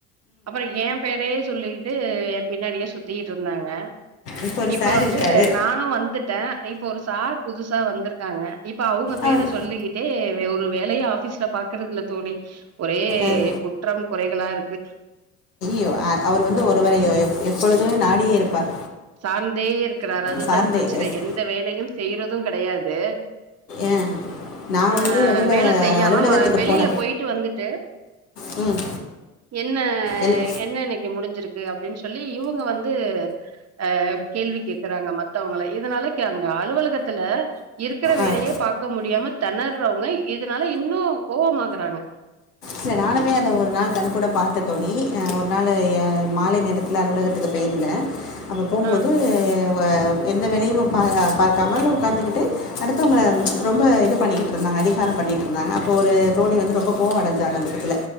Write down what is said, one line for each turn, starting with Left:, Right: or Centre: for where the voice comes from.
Right: அப்பறோ ஏம் பேரே சொல்லிக்கிட்டு எம் பின்னாடியே சுத்திட்ருந்தாங்க
Left: இப்போ ஒரு
Right: இப்ப
Left: சார்
Right: வந்து
Left: இருக்கார்
Right: நானு வந்துட்டே இப்ப ஒரு சார் புதுசா வந்திருக்காங்க இப்போ அவுங்க பேர
Left: அவர்
Right: சொல்லிக்கிட்டே வே ஒரு வேலையு ஆஃபீஸ்ல பாக்குறதுல்ல தோழி ஒரே
Left: ஆ
Right: குற்றம் குறைகளா இருக்கு
Left: து யார் அவரு வந்து ஒருவரையோ எ எப்பொழுதுமே நாடியே இருப்பார்
Right: சார்ந்தே இருக்கிறார் அதுதா
Left: சார்ந்தே
Right: பிரச்சனை
Left: எஸ்
Right: எந்த வேலயும் செய்யுறது கெடையாது
Left: ஏன் நான்
Right: ஆ
Left: வந்து இடையில
Right: வேல செய்யாம
Left: அலுவலகத்துக்கு
Right: ம வெளியில
Left: போன
Right: போயிட்டு வந்துட்டு
Left: ம்
Right: என்னாய்
Left: எல்
Right: என்ன இன்னக்கி முடிஞ்சிருக்கு அப்பிடின்னு சொல்லி இவுங்க வந்து ஆ கேள்வி கேக்குறாங்க மத் த்தவங்கள இதனால கே அங்க அலுவலகத்துல இருக்கிற வேலையே
Left: ஆ
Right: பாக் பாக்க முடியாம தெணர்றவங்க இதனால இன்னு கோவமாகுறாங்க
Left: சே நானுமே அத ஒரு நாள் கண் கூடா பாத்த தோழி ஒரு நாளு ய மாலை நேரத் இல்ல அலுவலகத்துக்கு போயிருந்தே அப்போ போம்போது
Right: ஆ
Left: வ எந்த வேலயும் பா பாக்காமல் உக்காந்துக்கிட்டு அடுத்தவங்கள ரொம்ப இது பண்ணிக்கிட்ருந்தாங்க அதிகாரம் பண்ணிட்ருந்தாங்க அப்போ ஒரு தோழி வந்து ரொம்ப கோவ அடஞ் ஜாந்த அந்த எ டத்துல